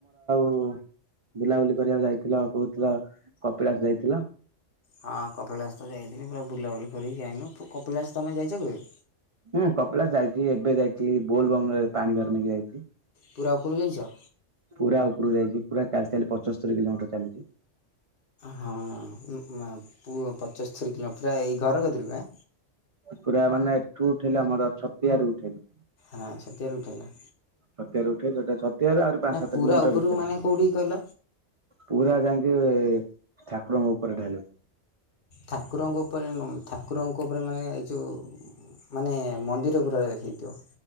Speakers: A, on the right; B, on the left.
A: ହୁଁ ବୁଲାବୁଲି କରିବାକୁ ଯାଇଥିଲ ଆଉ କହୁଥିଲ କପିଳାସ ଯାଇଥିଲ
B: ହଁ କପିଳାସ ତ ଯାଇଥିଲି ପୁରା ବୁଲାବୁଲି କରିକି ଯାଇନୁ କପିଳାସ ତମେ ଯାଇଚ କେବେ?
A: ହୁଁ କପଳାସ ଯାଇଚି ଏବେ ଯାଇଥିଲି ବୋଲବମରେ ପାଣି ଭାର ନେଇକି ଯାଇଥିଲି।
B: ପୁରା ଉପୁରୁକୁ ଯାଇଚ?
A: ପୁରା ଉପୁରୁକୁ ଯାଇଚି ପୁରା ଚାଲି ଚାଲି ପଞ୍ଚସ୍ତରୀ କିଲୋମିଟର ଚାଲିଚି
B: ହଁ ଉ ପୁ ପଚସ୍ତରୀ କିଲୋ ପୁରା ଏଇ ଘର କତିରୁ ଏଁ
A: ପୁରା ମାନେ ଏଠୁ ଉଠେଇଲେ ଆମର ଛତିଆରୁ ଉଠେଇଲୁ।
B: ହଁ ଛତିଆରୁ ଉଠେଇଲ।
A: ଛତିଆରୁ ଉଠେଇଲ ଛତିଆରୁ ଆହୁରି ପାଞ୍ଚ ସାତ
B: ପୁରା
A: କିଲୋମିଟର
B: ଉପରକୁ
A: ଭିତରେ,
B: ମାନେ କେଉଁଠିକି କହିଲ
A: ପୁରା ଯାଇକି ଠାକୁରଙ୍କ ଉପରେ ଢାଳିବ।
B: ଠାକୁରଙ୍କ ଉପରେ ଠାକୁରଙ୍କ ଉପରେ ମାନେ ଏ ଯେଉଁ ମାନେ ମନ୍ଦିର ପୁରା ହେଇଥିବ।